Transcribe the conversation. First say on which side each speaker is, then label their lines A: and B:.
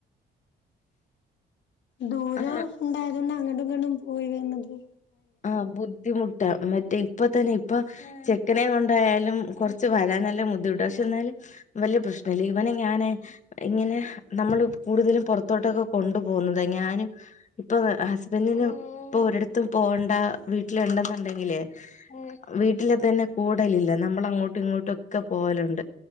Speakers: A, on the left; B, on the left.
A: ദൂര
B: ആഹ്
A: ണ്ടായതു കൊണ്ട് അങ്ങട്ടും, ഇങ്ങട്ടും പോയി വെര്നെത്
B: ആഹ് ബുദ്ധിമുട്ടാ. മറ്റേ ഇപ്പൊ തന്നെ ഇപ്പൊ ചെക്കനെ കൊണ്ടായാലും കൊറച്ച് വരാൻ നല്ല ബുദ്ധിമുട്ട പക്ഷെ എന്നാലും വല്യ പ്രശ്നമില്ല ഇവനെ ഞാനെ ഇങ്ങനെ നമ്മള് കൂടുതലും പൊറത്തോട്ടൊക്കെ കൊണ്ടു പോകുന്നതാ ഞാനും ഇപ്പൊ ഹസ്ബൻന്റിനും ഇപ്പൊ ഒരിടത്തും പോണ്ടാ വീട്ടിലുണ്ടെന്നുണ്ടെങ്കിലേ വീട്ടില് തന്നെ കൂടലില്ല നമ്മൾ അങ്ങോട്ടും ഇങ്ങോട്ടൊക്കെ പോവലുണ്ട്